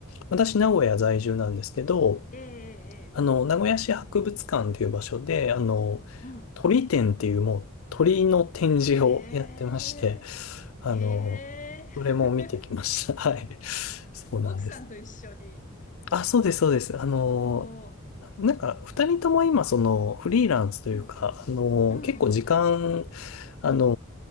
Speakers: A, on the left; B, on the left.
A: 私、名古屋在住なんですけど、
B: ええええ
A: あの、名古屋市博物館という場所で、あの、
B: うん。
A: 鳥展っていうもう鳥の展示をやってまして、
B: へえ。
A: あの、
B: へえ。
A: それも見てきました。
B: <laughs>
A: <laughs> はい。そうなんです。
B: 奥さんと一緒に。
A: あ、そうです、そうです。あの
B: おお。
A: ー、なんか、二人とも今、その、フリーランスというか、
B: うんうん。
A: あのー、
B: うんうんうん。
A: 結構時間、あの